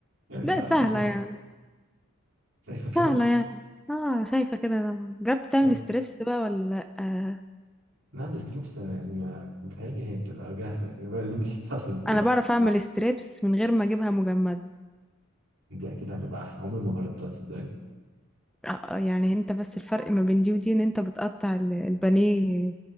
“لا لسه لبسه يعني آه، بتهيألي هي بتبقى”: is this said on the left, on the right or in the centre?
Right